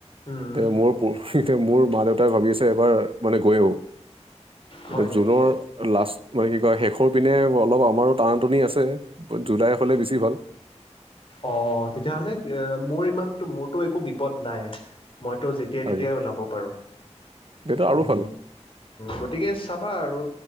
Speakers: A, on the left (about 50°); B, on the right (about 50°).
A: উম
B: এতিয়া মোৰ <unintelligible> মোৰ মা দেউতাই ভাবি আছে এবাৰ মানে গৈ আহোঁ।
A: হয়
B: এতিয়া
A: নেকি
B: জুনৰ লাষ্ট মানে কি কয় শেষৰ পিনে অলপ আমাৰো টানা টুনি আছে। জুলাই হ'লে বেছি ভাল
A: অ তেতিয়াহ'লে এ মোৰ ইমানটো মোৰতো একো বিপদ নাই । মইতো যেতিয়াই
B: তাকে
A: তেতিয়াই ওলাব পাৰো।
B: তেতিয়া আৰু
A: উ
B: ভাল
A: গতিকে চা চাবা আৰু